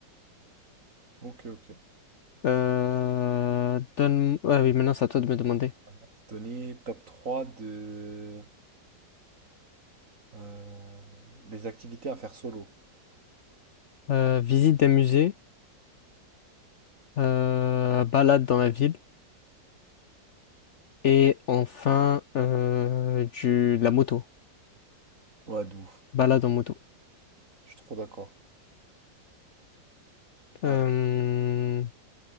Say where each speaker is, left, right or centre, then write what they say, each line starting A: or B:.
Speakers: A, on the right; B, on the left.
A: Ok, ok.
B: Euh, donne... Ah oui, maintenant, c'est à toi de me demander.
A: On va se Donner top 3 de... euh, des activités à faire solo.
B: Euh, visite d'un musée, euh, balade dans la ville, et enfin, euh, du... de la moto.
A: Ouais, de ouf.
B: Balade en moto.
A: Je suis trop d'accord. Ouais.
B: Euh,